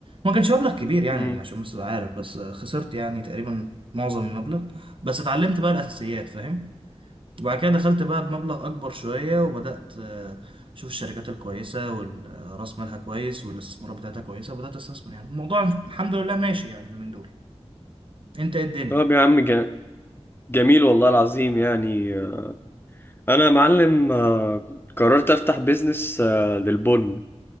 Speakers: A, on the right; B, on the left.
A: ما كانش مبلغ كبير يعني
B: امم
A: عشان بس تبقى عارف بس خسرت يعني تقريبا معظم المبلغ بس اتعلمت بقى الاساسيات فاهم وبعد كده دخلت بقى بمبلغ أكبر شوية وبدأت آه، أشوف الشركات الكويسة والرأس مالها كويس والاستثمارات بتاعتها كويسة وبدأت أستثمر يعني الموضوع الحمد لله ماشي يعني اليومين دول أنت إيه الدنيا
B: طب يا عم جا- جميل والله العظيم يعني آه، انا يا معلم آه، قررت افتح بيزنس آه، للبن